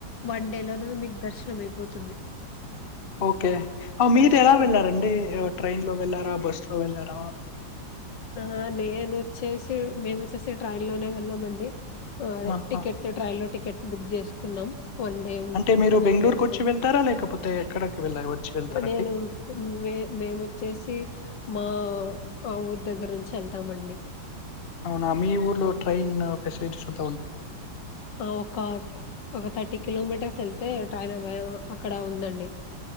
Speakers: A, on the left; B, on the left.
A: వన్ డే లోన మీకు దర్శనం అయిపోతుంది
B: ఓకే మీరు
A: రిటర్న్
B: ఎలా వెళ్లారండి
A: వచ్చి
B: ట్రైన్ లో వెళ్లారా బస్ లో ఇ వెళ్లార
A: ఆ నేను వచ్చేసి మేము వచ్చేసి టై లోనే వెళ్ళామండి అదే
B: ఆహా!
A: టికెట్ ట్రై లో టికెట్స్ బుక్ చేస్తా కున్నాం వన్ డే
B: అంటే మీరు
A: ఆ
B: బెంగుళూరుకొచ్చి
A: త్రీడే
B: వెళ్తారా? లేకపోతే ఎక్కడికి వెళ్ళా వచ్చి వెళ్తారండి?
A: నేను మే మేముొచ్చేసి మా ఆ ఊరు దగ్గర నుంచి ఎళ్తామండి
B: అవునా మీ ఊర్లో ట్రైన్ పసెలిటీస్ ఉ
A: ఆ ఒక ఒక థర్టీ కిలోమీటర్స్ వెళ్తే ట్రైన్ అవేల్ అక్కడ ఉందండి